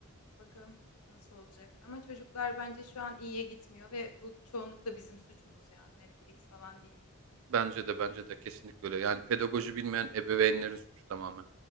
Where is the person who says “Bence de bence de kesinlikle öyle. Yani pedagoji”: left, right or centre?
Right